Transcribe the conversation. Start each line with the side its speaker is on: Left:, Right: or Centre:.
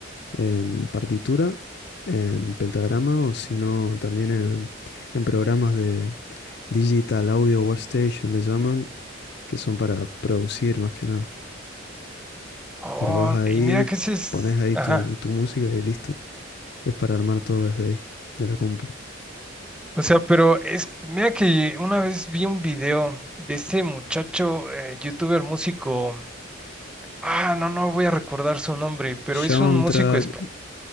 Left: en partitura, en pentagrama o si no también en, en programas de Digital Audio Workstation le llaman, que son para producir más que nada.
Centre: Oh,
Left: Grabás ahí,
Centre: y mira que ese es,
Left: pones ahí
Centre: ajá.
Left: tu, tu música y listo. Es para armar todo desde ahí, de la compu.
Centre: O sea, pero es, mira que una vez vi un video de este muchacho, eh, youtuber músico, ah, no, no voy a recordar su nombre, pero
Left: Soundtrack,
Centre: es un músico español.